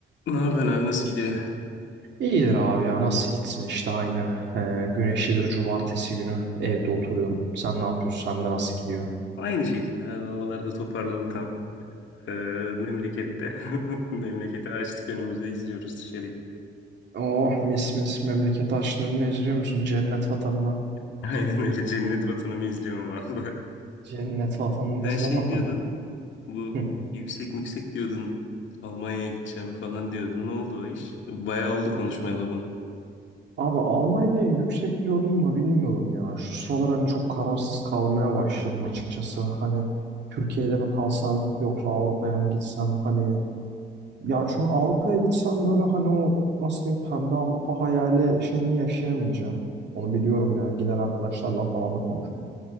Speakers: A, on the left (about 70°); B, on the right (about 60°).
A: Ne yapıyorsun abi nasıl gidiyor?
B: İyidir abi ya nasıl gitsin işte aynı. Ee, güneşli bir cumartesi günü evde oturuyorum. Sen ne yapıyorsun? Sende nasıl gidiyor?
A: Aynı şekilde abi havalarda toparladı tam. Ee, memlekette. <laughs> Memleketi açtık önümüze izliyoruz dışarıyı.
B: Oh mis mis memleket açtın önüne izliyor musun? Cennet vatanına.
A: <laughs> Aynen öyle cennet vatanımı izliyorum vallahi.
B: Cennet vatanını
A: Sen
B: izle
A: şey
B: bakalım.
A: diyordun
B: ya.
A: bu
B: Hı.
A: yüksek yüksek diyordun Almanya'ya gideceğim falan diyordun. Ne oldu o iş? Bayağı oldu konuşmayalı bunu.
B: Abi Almanya'ya yüksek diyordum da bilmiyorum ya. Şu sıralar hani çok kararsız kalmaya başladım açıkçası. Hani Türkiye'de mi kalsam yoksa Avrupa'ya mı gitsem? Hani Ya çünkü Avrupa'ya gitsem böyle hani o nasıl diyeyim pembe Avrupa hayali şeyini yaşayamayacağım. Onu biliyorum yani giden arkadaşlarla falan da konuşuyorum.